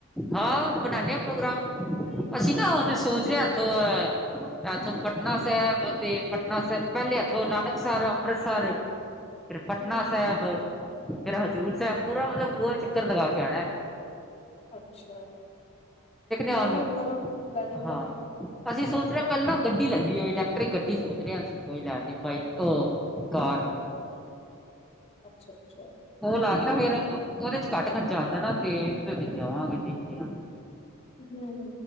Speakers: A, in the centre; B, on the left.
A: ਹਾਂ ਬਣਾਉਂਦੇ ਹਾਂ ਪ੍ਰੋਗਰਾਮ ਅਸੀਂ ਨਾ ਉਹਨੇ ਸੋਚ ਰਾਹੇ ਅੱਥੋ ਇਥੋਂ ਪਟਨਾ ਸਾਹਿਬ ਤੇ ਪਟਨਾ ਸਾਹਿਬ ਪਹਿਲੇ ਇਥੋਂ ਨਾਨਕਸਰ ਅੰਮ੍ਰਿਤਸਰ ਫਿਰ ਪਟਨਾ
B: ਹਮ
A: ਸਾਹਿਬ। ਫਿਰ ਹਜ਼ੂਰ ਸਾਹਿਬ ਪੂਰਾ ਮਤਲਬ ਗੋਲ ਚੱਕਰ ਲਗਾ ਕੇ ਆਉਣਾ।
B: ਅੱਛਾ, ਕੋਈ
A: ਹਾਂ ਹੁਣ
B: ਨੀ ਕਰੋ ਪਲਨਿੰਗ
A: ਹਾਂ
B: ਕਰੋ।
A: ਅਸੀਂ ਸੋਚ ਰਹੇ ਪਹਿਲਾਂ ਗੱਡੀ <inaudible> ਇਲੈਕਟ੍ਰਿਕ ਗੱਡੀ ਸੋਚ ਰਹੇ ਅਸੀ ਕੋਈ ਲੈਣ ਦੀ ਬਾਈਕ ਤੋਂ ਕਾਰ
B: ਅੱਛਾ ਅੱਛਾ
A: ਲਾਂਗੇ ਫਿਰ ਉਹ ਉਹਦੇ ਘੱਟ ਖਰਚਾ ਆਉਂਦਾ ਨਾ ਤੇ ਉਹਦੇ ਜਮਾਗੇ ਦੇ ਕਿਦੇ
B: ਹਮ